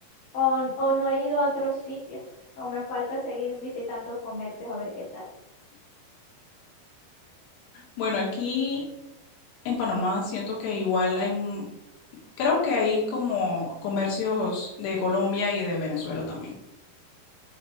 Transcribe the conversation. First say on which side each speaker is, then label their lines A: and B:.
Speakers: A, on the left; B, on the left.
A: O, o no he ido a otros sitios. O me falta seguir visitando comercios a ver qué tal.
B: Bueno, aquí en Panamá siento que igual hay Creo que hay como comercios de Colombia y de Venezuela también.